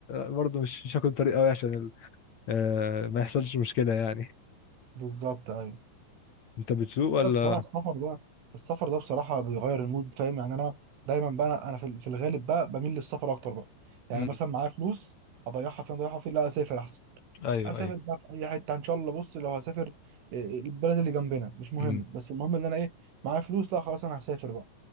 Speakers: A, on the left (about 45°); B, on the right (about 90°).
A: برضه مش مش هاكل طريق قوي عشان ال... آه ما يحصلش مشكلة يعني
B: بالظبط ايوه
A: انت بتسوق ولا
B: لا بصراحه السفر ده السفر ده بصراحه بيغير المود فاهم يعني انا دايما بقى انا أنا في في الغالب بقى بميل للسفر اكتر بقى يعني
A: امم
B: مثلا معايا فلوس اضيعها فين اضيعها فين لا اسافر احسن
A: ايوه
B: اسافر
A: ايوه
B: بقى في اي حته ان شاء الله بص لو هسافر إيه، البلد اللي جنبنا مش مهم
A: امم
B: بس المهم ان انا ايه معايا فلوس لا خلاص انا هسافر بقى